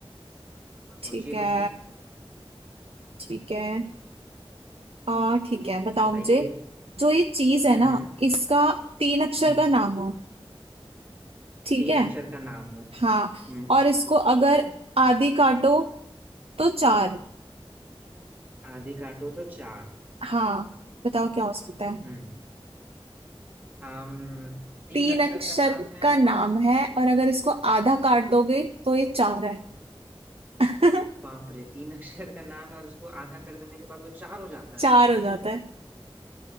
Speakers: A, on the right (about 20°); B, on the right (about 75°).
A: हाँ,
B: ठीक
A: सोचिए
B: है
A: कुछ भी
B: ठीक है आ ठीक है बताओ
A: बताइए
B: मुझे जो ये चीज है
A: हम्म
B: ना इसका तीन अक्षर
A: हम्म
B: का नाम हो ठीक
A: तीन
B: है
A: अक्षर का नाम है
B: हाँ
A: हम्म
B: और इसको अगर आधी काटो तो चार
A: आधी काटो तो चार
B: हाँ बताओ क्या हो सकता है
A: हम्म आम तीन
B: तीन
A: अक्षर
B: अक्षर
A: का नाम है
B: का
A: और
B: नाम है और अगर इसको आधा काट दोगे तो ये चार है <laughs>
A: बाप रे तीन <laughs> अक्षर का नाम है और उसको आधा कर देने के बाद वो चार हो जाता
B: चार
A: है
B: हो जाता है